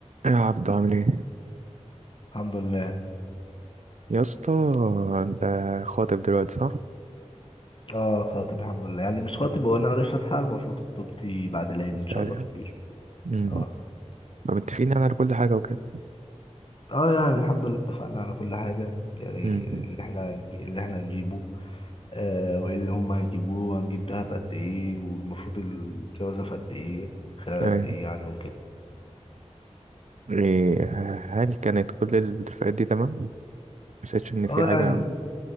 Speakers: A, on the right; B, on the left.
A: يا عبد عامل ايه
B: الحمد لله
A: يا اسطى انت خاطب دلوقتي صح
B: اه خاطب الحمد لله يعني مش خاطب هو انا قاري فاتحة المفروض خطوبتي بعد العيد ان
A: سأل-
B: شاء الله كبير
A: امم
B: اه
A: فمتفقين يعني على كل حاجه وكده
B: اه يعني الحمد لله اتفقنا على كل حاجة يعني
A: امم
B: اللي احنا هنج- اللي احنا هنجيبه آه وايه اللي هم هيجيبوه وهنجيب دهب قد ايه والمفروض الجوازة في قد ايه خلال
A: ايوه
B: قد ايه يعني وكده
A: ايه هل كانت كل الاتفاقات دي تمام ما حسيتش ان في
B: اه
A: حاجه
B: يعني